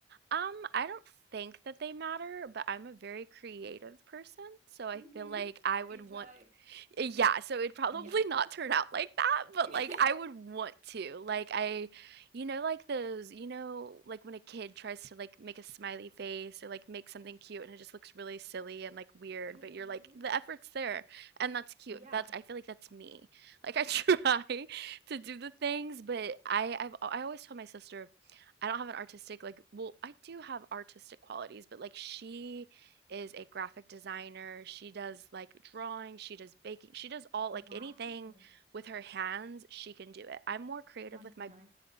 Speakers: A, on the right; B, on the right.
A: Um, I don't think that they matter, but I'm a very creative person, so I
B: Mm-hmm.
A: feel like I would
B: You
A: want
B: try.
A: Yeah, so it'd probably
B: Yeah.
A: <laughs> not turn out like that, but
B: <laughs>
A: like I would want to. Like I, you know, like those, you know, like when a kid tries to like make a smiley face or like make something cute and it just looks really silly and like weird,
B: mm-hmm.
A: but you're like the effort's there and that's cute.
B: Yeah.
A: That's I feel like that's me. Like I <laughs> try to do the things, but I I've I always tell my sister I don't have an artistic like well, I do have artistic qualities, but like she is a graphic designer. She does like drawing, she does baking, she does all
B: Wow.
A: like anything with her hands, she can do it. I'm more creative
B: Must
A: with
B: be
A: my
B: nice.